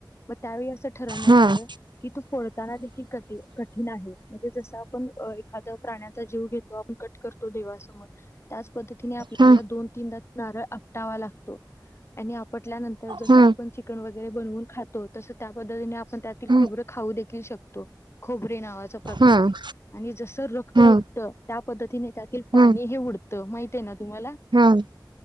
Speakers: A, on the left; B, on the right.
A: मग त्यावेळी असं ठरवण्यात
B: हम्म
A: आलं. कि तो फोडताना देखील कठी कठीण आहे. म्हणजे जस आपण एखाद प्राण्याचा जीव घेत तो आपण कट करतो देवा समोर. त्याच पद्धतीने आपल्याला
B: हम्म
A: दोन तीनदा नारळ आपटावा लागतो आणि आपटल्यानंत तर जसं
B: हम्म
A: आपण चिकन वगैरे बनवून खात तो तस त्या पद्धतीने आपण त्यातिल
B: हम्म
A: खोबरं खाऊ देखील शकतो. खोबरे नावाच प्रकार
B: हम्म
A: आहे आणि जस रक्त
B: हम्म
A: उडत त्या पद्धतीने त्यातिल पाणी
B: हम्म
A: हे उडत. त माहती आहे ना तुम्हाला?
B: हम्म